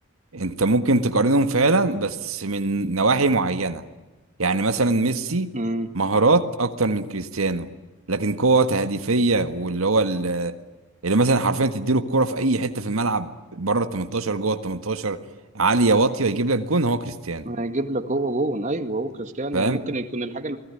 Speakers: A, on the right; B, on the right.
A: انت ممكن تقارنهم فعلا بس من نواحي معينة يعني مثلا ميسي
B: و...
A: مهارات اكتر من كريستيانو لكن قوة تهديفية واللي هو ال- اللي مثلا حرفيا تديله الكرة في اي حتة في الملعب بره ال 18 جوه ال 18 عالية واطية يجيب لك جون هو كريستيانو
B: هيجيب لك هو جون ايوه هو كريستيانو
A: فاهم
B: يعني ممكن يكون الحاجه